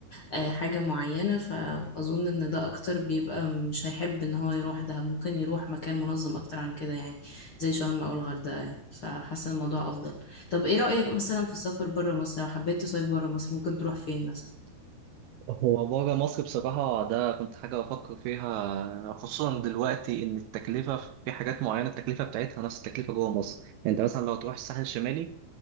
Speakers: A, on the left; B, on the right.
A: آه، حاجة معينة فاظن ان ده اكتر بيبقى مش هيحب ان هو يروح ده ممكن يروح مكان منظم اكتر عن كده يعني زي شرم او الغردقة يعني. فحاسة الموضوع افضل طب ايه رأيك مثلا في السفر برا مصر لو حبيت تصيف برا مصر ممكن تروح فين مثلا
B: هو بره مصر بصراحة ده كنت حاجة بفكر فيها خصوصا دلوقتي إن التكلفة في حاجات معينة التكلفة بتاعتها نفس التكلفة جوه مصر يعني أنت مثلا لو تروح الساحل الشمالي